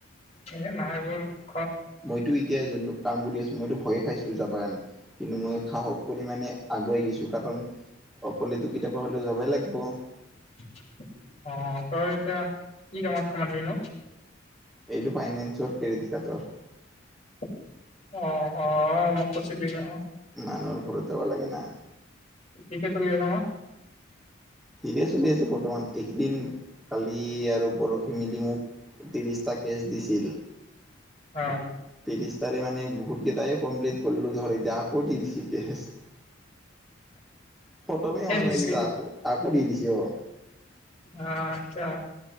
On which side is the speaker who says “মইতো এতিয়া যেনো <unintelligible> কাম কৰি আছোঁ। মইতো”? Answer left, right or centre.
Centre